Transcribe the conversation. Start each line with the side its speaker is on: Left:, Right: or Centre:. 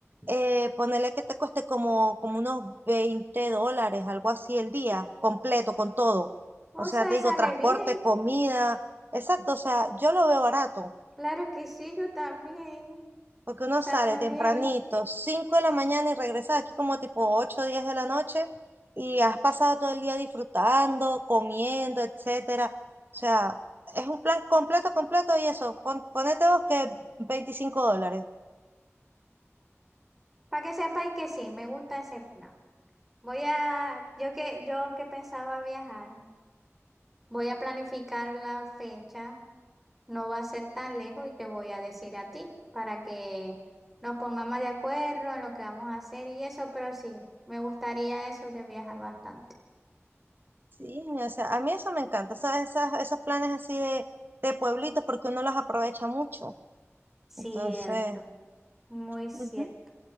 Right: eh, ponerle que te cueste como, como unos 20 dólares, algo así el día,
Centre: Mm,
Right: completo, con todo.
Centre: O
Right: O sea,
Centre: sea,
Right: te digo,
Centre: sale
Right: transporte,
Centre: bien.
Right: comida. Exacto, o sea, yo lo veo barato,
Centre: Claro que sí, yo también.
Right: porque uno
Centre: Saludos
Right: sale tempranito,
Centre: bien.
Right: 5 de la mañana y regresa aquí como tipo 8, o 10 de la noche y has pasado todo el día disfrutando, comiendo, etcétera. O sea, es un plan completo, completo y eso, pon- ponete vos que 25 dólares.
Centre: Para que sepáis que sí, me gusta ese plan. Voy a, yo que, yo que pensaba viajar, voy a planificar la fecha. No va a ser tan lejos y te voy a decir a ti para que nos pongamos de acuerdo en lo que vamos a hacer y eso, pero sí, me gustaría eso de viajar bastante.
Right: Sí, o sea, a mí eso me encanta, esas, esas- esos planes así de, de pueblitos, porque uno los aprovecha mucho.
Centre: Cierto,
Right: Entonces,
Centre: muy cierto.
Right: ujú.